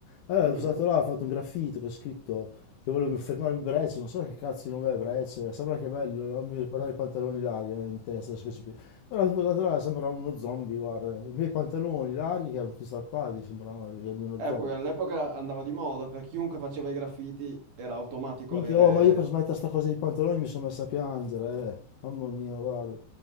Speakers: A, on the left (about 80°); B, on the right (about 80°).
A: Allora
B: Mhm.
A: sono stato là, ho fatto un graffito che ho scritto che volevo fermarmi Breccia, non so che cazzo di nome è Breccia, sembra che è bello, no? Mi ricordava i pantaloni larghi eh, in testa, adesso che ci pe- però sono stato là, sembrava uno zombie, guarda, i miei pantaloni larghi che erano tutti strappati, sembravano di uno
B: Eh,
A: zombie.
B: poi all'epoca andava di moda, per chiunque faceva i graffiti era automatico
A: Minchia,
B: avere...
A: oh, ma io per smettere sta cosa dei pantaloni mi sono messo a piangere, eh. Mamma mia, guarda.